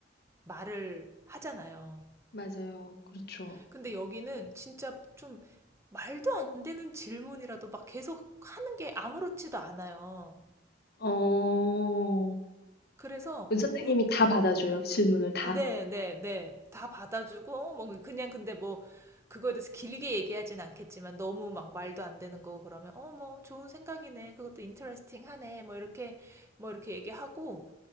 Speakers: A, on the right; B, on the left.
A: 말을 하잖아요.
B: 맞아요. 그렇죠.
A: 근데 여기는 진짜 좀 말도 안 되는 질문이라도 막 계속 하는 게 아무렇지도 않아요.
B: 어,
A: 그래서
B: 선생님이
A: 우-
B: 다 받아줘요. 질문을 다.
A: 네, 그러니까. 네, 네. 다 받아주고, 어, 뭐, 그냥 근데 뭐, 그거에 대해서 길게 얘기하진 않겠지만, 너무 막 말도 안 되는 거 그러면, 어, 뭐, 좋은 생각이네. 그것도 인터레스팅 하네. 뭐, 이렇게, 뭐, 이렇게 얘기하고,